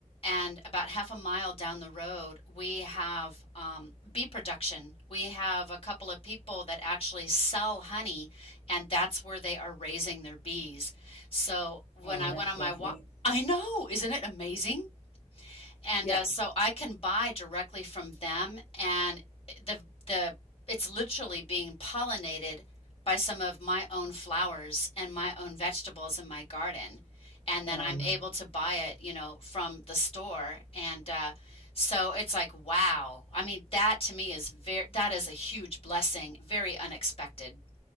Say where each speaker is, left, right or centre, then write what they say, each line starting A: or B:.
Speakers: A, on the left; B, on the left.
A: And about half a mile down the road, we have um, bee production. We have a couple of people that actually sell honey, and that's where they are raising their bees. So when
B: Oh,
A: I
B: that's
A: went on
B: lovely.
A: my walk, I know, isn't it amazing? And,
B: Yeah.
A: uh, so I can buy directly from them and the the it's literally being pollinated by some of my own flowers and my own vegetables in my garden. And then
B: Oh.
A: I'm able to buy it, you know, from the store. And uh, so it's like, wow. I mean, that to me is very, that is a huge blessing, very unexpected.